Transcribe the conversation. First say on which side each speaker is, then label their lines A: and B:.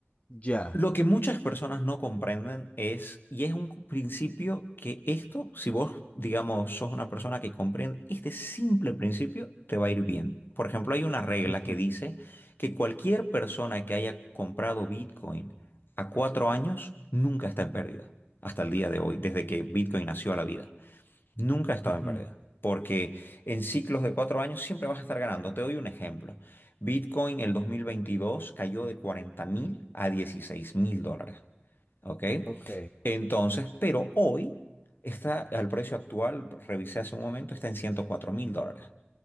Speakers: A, on the left; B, on the left.
A: Ya.
B: Lo que muchas personas no comprenden es, y es un principio que esto, si vos, digamos, sos una persona que comprende este simple principio, te va a ir bien. Por ejemplo, hay una regla
A: Ujú,
B: que dice que cualquier persona que haya comprado Bitcoin a cuatro años nunca está en pérdida, hasta el día de hoy, desde que Bitcoin nació a la vida. Nunca he estado
A: ujú.
B: en pérdida, porque en ciclos de cuatro años siempre vas a estar ganando. Te doy un ejemplo. Bitcoin el 2022 cayó de cuarenta mil a dieciséis mil dólares. ¿Ok?
A: Ok.
B: Entonces, pero hoy está al precio actual, revisé hace un momento, está en ciento cuatro mil dólares.